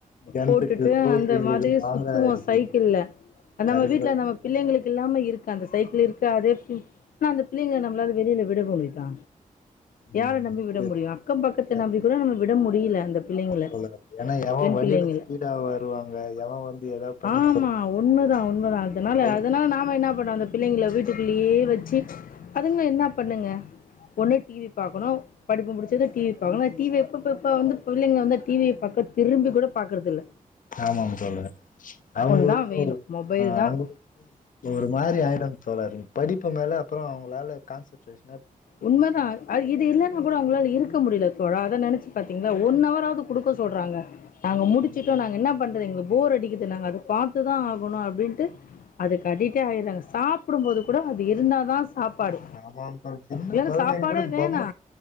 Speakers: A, on the left (about 70°); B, on the left (about 80°).
A: கிணத்துக்கு
B: போட்டுட்டு
A: தோப்பு
B: அந்த
A: உங்களுக்கு
B: மாதிரி
A: மாங்காய்
B: சுத்துவோ
A: அடிக்கிறது
B: சைக்கிள்ள
A: கரெக்ட்
B: நம்ம வீட்ல
A: தான் தோழர்
B: நம்ம பிள்ளைங்களுக்கு இல்லாம இருக்கு அந்த சைக்கிள் இருக்கு அதே ஆனா அந்த பிள்ளைங்கள நம்மளால வெளியில விட முடிதா
A: ம்,
B: யார நம்பி
A: முடியாது.
B: வி ட முடியோ அக்கம் பக்கத்த
A: ஏங்க,
B: நம்பி கூட நம்ம விட முடில அந்த பிள்ளைங்கள
A: ஆமாம் தோழர் ஏன்னா எவன்
B: பெண்
A: வண்டியில
B: பிள்ளைங்கள
A: ஸ்பீடா வருவாங்க எவன் வந்து ஏதாவது பண்ணிட்டு
B: ஆமா உண்மைதா உண்மைதா அதனால
A: போயிருந்தாலே
B: அதனால நாம என்னா பண்னோ அந்த பிள்ளைங்கள வீட்டுக்குள்ளேயே வச்சி அதுங்க என்னா பண்ணுங்க ஒண்ணு டி வி பாக்கனு படிப்பு முடிச்சது டி வி பாக்கனோ டி வி எப்பப்ப வந்து பிள்ளைங்க வந்து டி வி எப்ப பாப்ப பிள்ளைங்க வந்து டிவி ப் பக்க திரும்பி கூட பாக்கறதில்ல
A: ஆமாம் தோழர் அவுங்களுக்கு
B: தா வேணு மொபைல் தா
A: அவுங்களு ஒரு மாரி ஆயிடு தோழர் படிப்பு மேல அப்பறோ அவுங்ளால கான்சன்ட்ரேஷன்
B: உண்மதா அ இது இல்லன்னா கூட அவுங்ளால இருக்க முடியில தோழா அத நெனச்சு பாத்தீங்ளா ஒன் அவராது குடுக்க சொல்றாங்க நாங்க முடிச்சிட்டோ
A: அது
B: நாங்க இன்னா பண்றது எங்களுக்கு போர் அடிக்குது நாங்க அத பாத்துதா ஆகனோ அப்டின்ட்டு அதுக்கு அட்டிட்டே ஆயிறாங்க சாப்புடும் போது கூட அது இருந்தா தா சாப்பாடு
A: ஆமாம் தோழர் சின்ன
B: இல்லன்னா
A: கொழந்தைங்க
B: சாப்பாடே
A: கூட
B: வேணா
A: பொம்ம